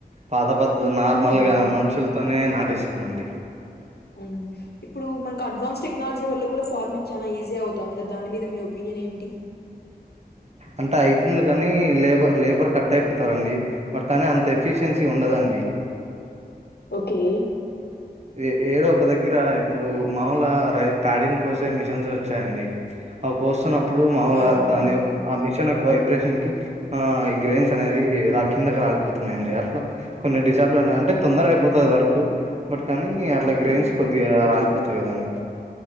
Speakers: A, on the right; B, on the left.
A: పాద పద్ద నార్మల్
B: హ్మ్.
A: గ మనుషులతోనే న టిస్తామండి
B: హ్మ్ ఇప్పుడు మనకు అడ్వాన్స్ టెక్నాలజీ వల్ల కూడా ఫార్మింగ్ చాలా ఈజీ అవుతుంది కదా దాని మీద మీ ఒపీనియన్ ఏంటి
A: అంటే అయితుంది గనీ లేబర్ లేబర్ కట్ అయిపోతారండి బట్ కానీ అంత ఎఫిషియన్సీ ఉండదండి
B: ఒకే
A: ఏ ఏడో ఒక దగ్గర ఇప్పుడు మా ర పాడిన్ కోసే మిషన్స్ వచ్చాయండి అవి కోస్తున్న ఇప్పుడు మామూలు
B: ఆ!
A: దాని
B: అవునవును.
A: ఆ మిషన్ వైబ్రేషన్ కి ఆ ఈ గ్రెన్స్ అనేవి రా కిందకి రాలిపోతున్నాయండి అట్ల కొన్ని <unintelligible> అంటే
B: అవును.
A: తొందర అయిపోతది వర్కు బట్ కానీ అట్ల గ్రైయిన్స్
B: హ్మ్.
A: కొద్దిగ రాళ్ పోతయి కదా అండి